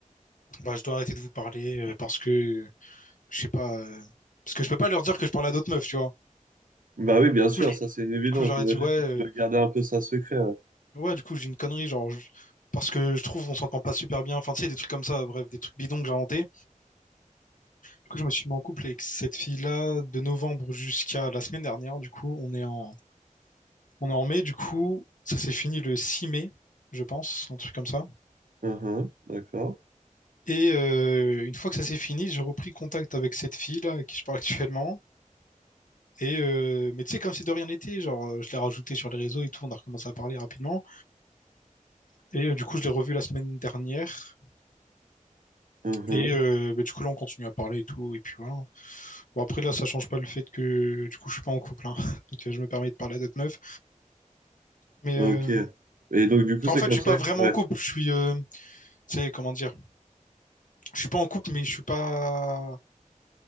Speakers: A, on the left (about 70°); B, on the right (about 75°).
A: bah, je dois arrêter de vous parler euh, parce que, euh, je sais pas, euh, parce que je peux pas leur dire que je parle à d'autres meufs, tu vois.
B: Bah oui, bien sûr,
A: Du coup, je-
B: ça
A: du
B: c'est évident.
A: coup, j'aurais
B: J'imagine
A: dit, ouais, euh,
B: que tu dois garder un peu ça secret. ouais.
A: Ouais, du coup, j'ai une connerie, genre, je- parce que je trouve on s'entend pas super bien. Enfin, tu sais, des trucs comme ça, bref, des trucs bidons que j'ai inventés. Du coup, je me suis mis en couple avec cette fille-là de novembre jusqu'à la semaine dernière. Du coup, on est en, on est en mai. Du coup, ça s'est fini le 6 mai, je pense, un truc comme ça.
B: Mhm, d'accord.
A: Et euh, une fois que ça s'est fini, j'ai repris contact avec cette fille-là avec qui je parle actuellement. Et euh, mais tu sais, comme si de rien n'était, genre, euh, je l'ai rajoutée sur les réseaux et tout, on a recommencé à parler rapidement. Et euh, du coup, je l'ai revue la semaine dernière.
B: Mhm,
A: Et euh, bah, du coup, là, on continue à parler et tout. Et puis voilà. Bon, après, là, ça change pas le fait que, du coup, je suis pas en couple. Hein. <laughs> Donc, euh, je me permets de parler à d'autres meufs. Mais
B: ok.
A: euh,
B: Et donc, du coup,
A: enfin,
B: c'est
A: en fait,
B: comme
A: je suis
B: ça.
A: pas vraiment
B: que- Ouais.
A: en couple. Je suis, euh, tu sais, comment dire. Je suis pas en couple, mais je suis pas,